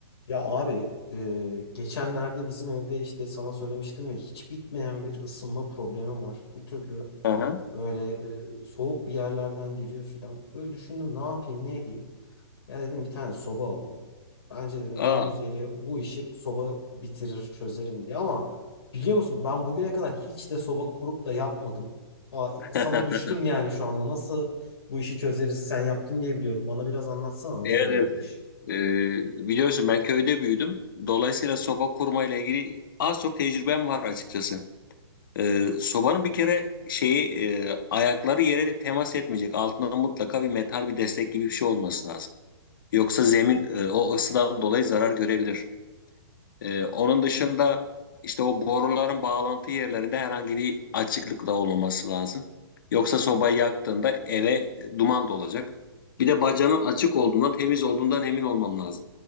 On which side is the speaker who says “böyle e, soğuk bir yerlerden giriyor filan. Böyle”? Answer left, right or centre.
Left